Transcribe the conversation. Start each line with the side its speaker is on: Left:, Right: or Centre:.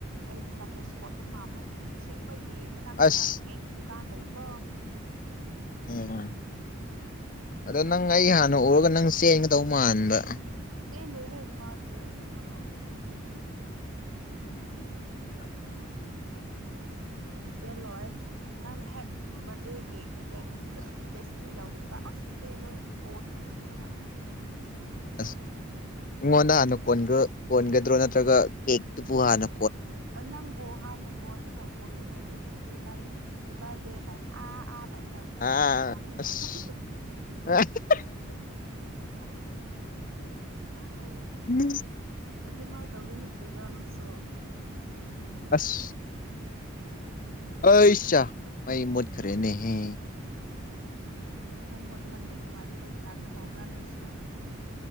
Right: ꯑꯩꯗꯤ ꯕꯇꯔ ꯏꯁꯀꯣꯠꯇꯣ ꯄꯥꯝꯃꯦ ꯑꯁꯤ ꯑꯩꯈꯣꯏꯒꯤ ꯃꯅꯥꯛꯇ
Left: ꯑꯁ
Right: ꯀꯦꯛꯀꯤ ꯗꯨꯀꯥꯟ ꯂꯩꯌꯦꯀꯣ
Left: ꯎꯝ ꯑꯗꯣ ꯅꯪ ꯑꯩ ꯍꯥꯟꯅ ꯎꯔꯒ ꯅꯪ ꯆꯦꯟꯒꯗꯧ ꯃꯥꯟꯕ
Right: ꯆꯦꯟꯂꯣꯏ ꯍꯦ ꯀꯃꯥꯏ ꯆꯦꯟ ꯑꯩ ꯆꯦꯟꯕ ꯉꯃꯗ꯭ꯔꯗꯤ ꯀꯔꯤꯔ
Left: ꯗ <inaudible>
Right: ꯆꯦꯜꯂꯣꯏ ꯅꯪꯅ ꯍꯦꯛ ꯕꯥ꯭ꯔꯠꯗꯦꯒꯤ ꯀꯦꯛ ꯄꯦꯁꯇ꯭ꯔꯤ ꯂꯧꯕꯤꯕ ꯑꯁ ꯆꯦꯜꯂꯣꯏ ꯈꯣꯟꯒꯅꯤ ꯎꯔꯒ
Left: ꯑꯁ ꯑꯩꯉꯣꯟꯗ ꯍꯥꯟꯅ ꯀꯣꯟ ꯀꯣꯟꯒꯗ꯭ꯔꯣ ꯅꯠꯇ꯭ꯔꯒ ꯀꯦꯛ ꯇꯨꯄꯨ ꯍꯟꯅꯥ
Right: ꯀꯣ ꯅꯪꯕꯨ ꯍꯥꯟꯅ ꯀꯣꯟꯔꯥꯒ ꯀꯣꯟꯕ ꯂꯣꯏꯔꯒꯥ ꯀꯦꯛꯗꯣ ꯏꯕꯥꯟꯅꯤ ꯍꯦꯄꯤ ꯕꯥ꯭ꯔꯠ ꯗꯦ ꯀꯥꯏꯅꯥ ꯑꯥ ꯑꯥ
Left: ꯑ
Right: ꯆꯥꯃꯤꯟꯅꯗꯣꯢ
Left: ꯑꯁ <unintelligible>
Right: <unintelligible>
Left: <unintelligible>
Right: ꯑꯗꯨꯃꯥꯏꯅ ꯇꯧꯒꯅꯤ ꯀ꯭ꯔꯤꯔꯥ ꯅꯪꯁꯨ
Left: ꯑꯁ ꯑꯩꯠꯁꯥ ꯃꯩ ꯃꯨꯠ ꯈꯔꯦꯅꯦꯍꯦ
Right: ꯃꯩ ꯃꯨꯠꯂꯒꯅ ꯅꯦꯠ ꯅꯨꯡꯉꯥꯏꯇꯕꯒꯤ ꯇꯥꯏꯞꯇ ꯇꯧꯕ꯭ꯔꯥ ꯅꯣꯏꯁꯨ